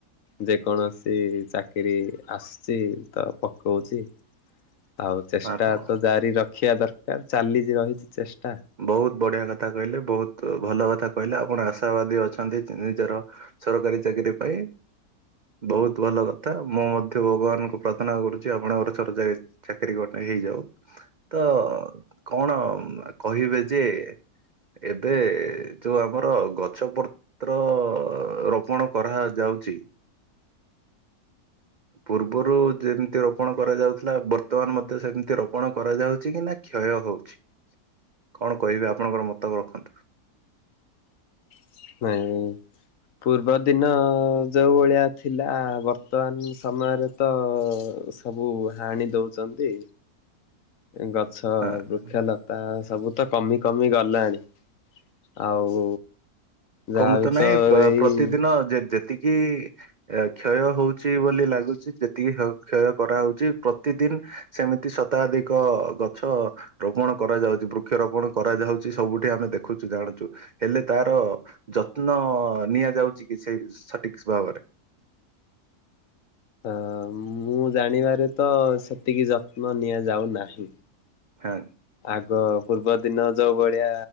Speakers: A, on the left (about 60°); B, on the right (about 70°).
A: ଯେକୌଣସି ଚାକିରିୀ ଆସୁଛି ତ ପକାଉଛି। ଆଉ ଚେଷ୍ଟା
B: ଆପଣ
A: ତ ଜାରି ରଖିବା ଦରକାର ଚାଲିଛି ରହିଛି ଚେଷ୍ଟା।
B: ବହୁତ ବଢିଆ କଥା କହିଲେ ବହୁତ ଭଲ କଥା କହିଲେ ଆପଣ ଆଶାବାଦୀ ଅଛନ୍ତି ନିଜର ସରକାରୀ ଚାକିରିୀ ପାଇଁ। ବହୁତ ଭଲ କଥା ମୁଁ ମଧ୍ୟ ଭଗବାନଙ୍କୁ ପ୍ରାର୍ଥନା କରୁଛି ଆପଣଙ୍କର ସରକାରି ଚାକିରୀ ଗୋଟେ ହେଇଯାଉ ତ କଣ କହିବେ ଯେ ଏବେ ଯୋଉ ଆମର ଗଛ ପ ତ୍ର ରୋପଣ କରାଯାଉଛି। ପୂର୍ବରୁ ଯେମିତି ରୋପଣ କରାଯାଉଥିଲା ବର୍ତ୍ତମାନ ମଧ୍ୟ ସେମିତି ରୋପଣ କରାଯାଉଛି କି ନା କ୍ଷୟ ହଉଛି। କଣ କହିବି ଆପଣଙ୍କର ମତକୁ ରଖନ୍ତୁ।
A: ନାଇଁ। ପୂର୍ବ ଦିନ ଯୋଉଁ ଭଳିଆ ଥିଲା ବର୍ତ୍ତମାନ ସମୟରେ ତ ସବୁ ହାଣି ଦେଉଛନ୍ତି। ଗଛ
B: ହଁ
A: ବୃକ୍ଷଲତା ସବୁ ତ କମିକମି ଗଲାଣି ଆଉ ଯାହାବି
B: କମ ତ ନାହିଁ ବା-ପ୍ରତିଦିନ
A: ଏଇ
B: ଯେତିକି ଏ କ୍ଷୟ ହଉଛି ବୋଲି ଲାଗୁଛି ଯେତିକି କ୍ଷୟ କରାହଉଛି ପ୍ରତିଦିନ୍ ସେମିତି ଶତାଧିକ ଗଛ ରୋପଣ କରାଯାଉଛି ବୃକ୍ଷରୋପଣ କରାଯାଉଛି ସବୁଠି ଆମେ ଦେଖୁଛୁ ଜାଣୁଛୁ। ହେଲେ ତାର ଯତ୍ନ ନିଆଯାଉଛି କି ସେ ସଠିକ ଭାବରେ।
A: ହ ମୁଁ ଜାଣିବାରେ ତ ସେତିକି ଯତ୍ନ ନିଆଯାଉନାହିଁ।
B: <unintelligible>
A: ଆଗ ପୂର୍ବ ଦିନ ଯୋଉଭଳିଆ